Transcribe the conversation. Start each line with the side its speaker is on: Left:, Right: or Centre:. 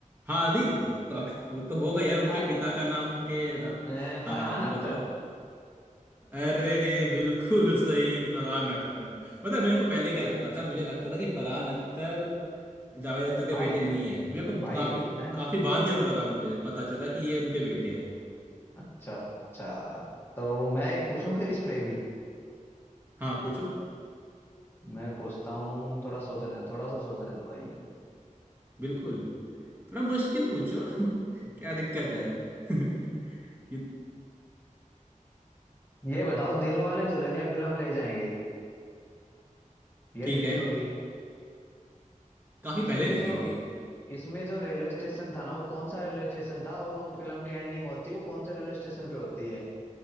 Right: हाँ दी तो अक- वो तो होगा यार उनके
Left: फ-
Right: पिता का नाम के आ,
Left: अ,
Right: हाँ
Left: फरहान
Right: तो
Left: अख्तर
Right: बताओ अरे बिल्कुल सही फरहान अख्तर पता है मेरे को पहले क्या लगता था मुझे लगता था कि फरहान अख्तर जावेद अख्तर के
Left: भाई
Right: बेटे नहीं है मेरे को
Left: भाई
Right: काफी
Left: हैं
Right: काफी बाद में लगा मुझे पता चला कि ये उनके बेटे हैं
Left: अच्छा अच्छा तो मैं एक पूछूं फिर इस पे भी
Right: हाँ पूछो
Left: मैं पूछता हूँ थोड़ा सोचने दो थोड़ा सा सोचने दो भाई
Right: बिल्कुल थोड़ा मुश्किल पूछो <laughs> क्या दिक्कत है <laughs> ये
Left: ये बताओ दिल वाले दुल्हनिया फिल्म ले जाएंगे ये
Right: ठीक
Left: देखी
Right: है
Left: होगी
Right: काफी
Left: इसमें
Right: पहले देखी
Left: जो
Right: थी
Left: इसमें जो रेलवे स्टेशन था ना वो कौन सा रेलवे स्टेशन था और वो जो फिल्म की एंडिंग होती है वो कौन से रेलवे स्टेशन पे होती है